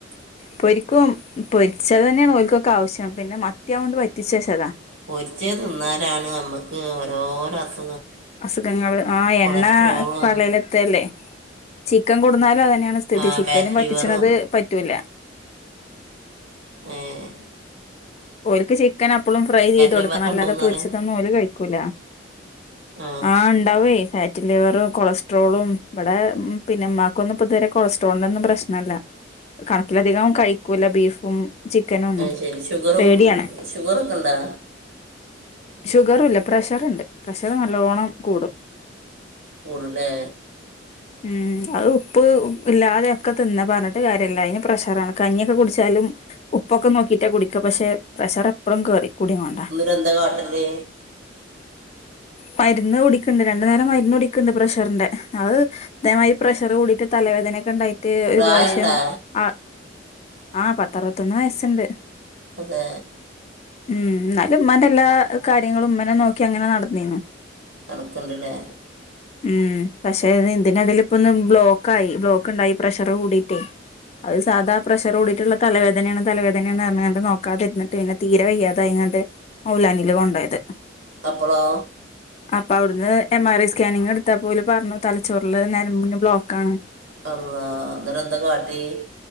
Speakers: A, on the left; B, on the right.
A: പൊരിക്കും പൊരിച്ചെതന്നേണ് ഓൽക്കൊക്കെ ആവശ്യം പിന്നെ മത്തിയാവോണ്ട് വറ്റിച്ച് വെച്ചതാ
B: പൊരിച്ചെ തിന്നാലാണ് നമ്മക്ക് ഓരോരോ അസു
A: അസുഖങ്ങള് ആഹ്
B: കൊളസ്ട്രോളും
A: എണ്ണ പള്ളേലെത്തല്ലേ ചിക്കം കൊടുന്നാലും അത ന്നേണ് സ്ഥിതി
B: ആ
A: ചിക്കനും
B: ഫാറ്റ് ലിവറും
A: വറ്റിച്ച്ണത് പറ്റൂല
B: ഏഹ്
A: ഓല്ക്ക് ചിക്കൻ അപ്പളും ഫ്രൈ ചെയ്ത് കൊടുക്കണം
B: ലിവറൊക്കെ
A: അല്ലാതെ
B: ഉണ്ടോയെന്ന്
A: പൊരിച്ചതൊന്നും
B: അറിയാം
A: ഓല് കഴിക്കൂല
B: ആ
A: ആഹ് ഇണ്ടാവേയ് <unintelligible> റ്റി ലിവറും കൊളസ്ട്രോളും ഇവടെ പിന്നെ ഇമ്മാക്കൊന്നും ഇപ്പതെരെ കൊളസ്ട്രോളിനൊന്നും പ്രശ്നല്ല കണക്ക് അധികം കഴി ക്കൂല ബീഫും ചിക്കനൊന്നും
B: ആ ശരി ഷുഗറും
A: പേട്യാണ്.
B: ഷുഗറൊക്കെ ഉണ്ടോ
A: ഷുഗറ്ല്ല പ്രഷറ്ണ്ട് പ്രഷർ നല്ലോണം കൂടും.
B: കൂടുലേ
A: ഉം അത് ഉപ്പ് ഇല്ലാതെക്കെ തിന്ന പർഞ്ഞിട്ട് കാര്യല്ലാ അയ്‌ന് പ്രഷറാണ് കഞ്ഞ്യൊക്കെ കുട്ച്ചാല് ഉം ഉപ്പൊക്കെ നോക്കിട്ടാ കുടിക്ക പക്ഷെ പ്രഷറെപ്പളും കേറി. കുടികൊണ്ടാ
B: ന്നട്ടെന്താ കാട്ടല്?
A: മര്ന്ന് കുടിക്ക്‌ണ്ട് രണ്ടു നേരം മര്ന്ന് കുടിക്ക്‌ണ്ട് പ്രഷറിന്റെ അത് തേമാതിരി പ്രഷർ കൂടിട്ട് തലവേ ദനൊക്കെ ണ്ടായിട്ട് ഒരു
B: പ്രായമുണ്ടാ
A: പ്രാവശ്യം ആ ആഹ് പത്തറുപത്തൊന്ന് വയസ്സ്ണ്ട്.
B: അതേ
A: ഉം ന്നാലും ഇമ്മാന്റെ എല്ലാ കാര്യങ്ങളും ഇമ്മന്നെ നോക്കി അങ്ങനെ നടന്നീന്നു.
B: അതൊക്കെണ്ട്ല്ലേ
A: ഉം പക്ഷെ നിഇതിന്റെടെല് പ്പൊന്ന് ബ്ലോക്കായി ബ്ലോക്ക് ണ്ടായി പ്രഷറ് കൂടിട്ടേ അത് സാധാ പ്രഷറ് കൂടീട്ട്ള്ള തലവേദനെണ് തലവേദനെണർഞ്ഞാണ്ട്‌ നോക്കാതിര്ന്ന്ട്ട് പിന്നെ തീരെ വയ്യാതായി ങ്ങട്ട് മൗലാനീല് കൊണ്ടോയത്.
B: അപ്പോളോ
A: അപ്പവട്ന്ന് എം ആർ ഐ സ്കാനിങ് എട്ട്ത്തപ്പോല് പർഞ്ഞ് തലച്ചോറില് നരമ്പിന് ബ്ലോക്കാണ്
B: അല്ലാഹ് ന്നട്ടെന്താ കാട്ട്യേ?